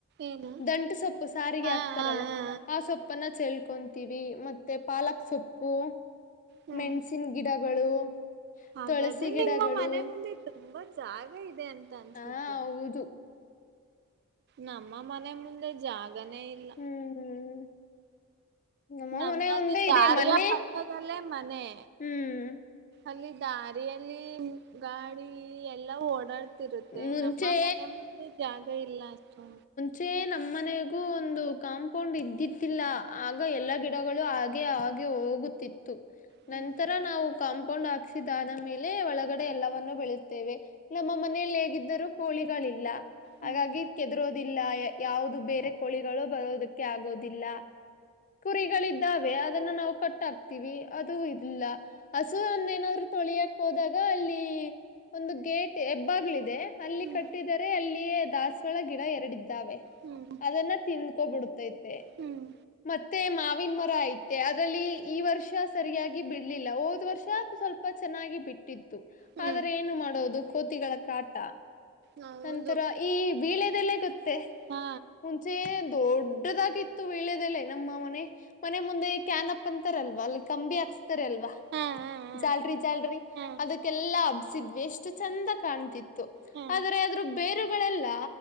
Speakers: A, on the right; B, on the left.
A: ಏನು
B: ದಂಟು ಸೊಪ್ಪು ಸಾರಿಗೆ
A: ಹಾ
B: ಹಾಕ್ತಾರಲ್ಲ
A: ಹಾ ಹಾ
B: ಆ ಸೊಪ್ಪು ಉಪ್ಪನ ಚಳ್ಕೊಂತೀವಿ ಮತ್ತೆ ಪಾಲಕ್ ಸೊಪ್ಪು
A: ಹ್ಮ್
B: ಮೆಣ್ಸಿನ ಗಿಡಗಳು
A: ಹಾಗಾದ್ರೆ
B: ತುಳಸಿ ಗಿಡಗಳು
A: ನಿಮ್ಮ ಮನೆ ಮುಂದೆ ತುಂಬಾ ಜಾಗ ಇದೆ ಅಂತ ಅನ್ಸುತ್ತೆ
B: ಹಾ ಹೌದು
A: ನಮ್ಮ ಮನೆ ಮುಂದೆ ಜಾಗನೇ ಇಲ್ಲ
B: ಹ್ಮ್ ನಮ್ಮ
A: ನಮ್ಮದ
B: ಮನೆ ಒಂದೇ
A: ಕಾರ್ಯ
B: ಇದೆ ಮೊನ್ನೆ
A: ಪಕ್ಕದಲ್ಲೇ ಮನೆ
B: ಹ್ಮ್
A: ಅಲ್ಲಿ ದಾರಿಯಲ್ಲಿ ಗಾಡಿ ಎಲ್ಲಾ ಓಡಾಡ್ತ ಇರುತ್ತೆ
B: ಮುಂಚೆ
A: ನಮ್ಮ ಮನೆ ಮುಂದೆ ಜಾಗ ಇಲ್ಲ ಅಷ್ಟು
B: ಚೆ ನಮ್ಮ್ ಮನೆಗೂ ಒಂದು ಕಾಂಪೌಂಡ್ ಇದ್ದಿತಿಿಲ್ಲ ಆಗ ಎಲ್ಲಾ ಗಿಡಗಳು ಹಾಗೆ ಆ ಹೋಗುತ್ತಿತ್ತು
A: ಹ್ಮ್
B: ನಂತರ ನಾವು ಕಾಂಪೌಂಡ್ ಆಕ್ಸಿಿದಾನ ಮೇಲೆ ಒಳಗಡೆ ಎಲ್ಲವನ್ನು ಬೆಳುತ್ತೇವೆ ನಮ್ಮ ಮ ಮನೆಯಲ್ಲಿ ಹೇಗಿದ್ದರೂ ಕೋಳಿಗಳಿಲ್ಲ ಹಾಗಾಗಿ
A: ಹ್ಮ್
B: ಕೆದರೋದಿಲ್ಲ ಯಾವವುದು ಬೇರೆ ಕೋಳಿಗಳು ಬರೋದಕ್ಕೆ ಆಗೋದಿಲ್ಲ ಕುರಿಗಳಿದ್ದಾವೆ ಅದನ್ನ ನಾವು ಕಟ್ಾಕ್ತಿೀವಿ ಅದು ಇಲ್ಲ ಹಸು ಅನ್ನೇನಾದ್ರು ತೊಳಿಯಕ್ ಹೋದಾಗ ಅಲ್ಲಿ ಒಂದು ಗೇಟ್ ಹೆಬ್ಬಾಗ್ಲ ಇಿದೆ ಅಲ್ಲಿ
A: ಹ್ಮ್
B: ಕಟ್ಟಿದರೆ ಅಲ್ಲಿಯೇ ದಾಸವಾಳ ಗಿಡ ಎರಡು ಾವೆ
A: ಹ್ಮ್ ಹ್ಮ್
B: ಅದನ್ನ ತಿಿಂದಕೋಬ ಬಿಡ್ತೈತೆ
A: ಹ್ಮ್
B: ಮತ್ತೆ ಮಾವಿನ ಮರ ಐತೆ ಅದ್ರಲ್ಲಿ ಈ ವರ್ಷ ಸರಿಯಾಗಿ ಬಿಡ್ಲಿಲ್ಲ ಹೋದ್ ವರ್ಷ ಸ್ವಲ್ಪ ತಪ ಚೆನ್ನಾಗಿ ಬಿಟ್ಟಿತ್ತು
A: ಹ್ಮ್
B: ಆದ್ರೆ ಏನು ಮಾಡೋದು ಕೋತಿಗಳ ಕಾಟ
A: ಹೌದು
B: ನಂತರ ಈ ಬೀಳೆದೆಲ್ಲೇ ಗೊತ್ತೇ
A: ಹಾ
B: ಮುಂಚೆ ದೊಡ್ಡದಾಗಿತ್ತು ವಳೆದಲ್ಲ ನಮ್ಮ ಮನೆ ಮನೆ ಮುಂದೆ ಕನ್ಪ್ಪ ತಪ್ಪಂತಾರಲ್ವಾ ಅಲ್ಲಿ ಕಂಬಿ ಹಾಕ್ಸ್ತಾರಲ್ವಾ
A: ಹಾ ಹಾ ಹಾ
B: ಜಾಲ್ರಿಿ ಜಾಲ್ರಿಿ
A: ಹಾ
B: ಅದಕ್ಕೆಲ್ಲಾ ಹಬ್ಸಿದ್ವಿ ಎಷ್ಟು ಚಂದ ಕಾಣ್ತಿತ್ತು
A: ಹಾ
B: ಆದ್ರ ಆದದ್ರೂ ಬೇರೆ ಗಳೆಲ್ಲ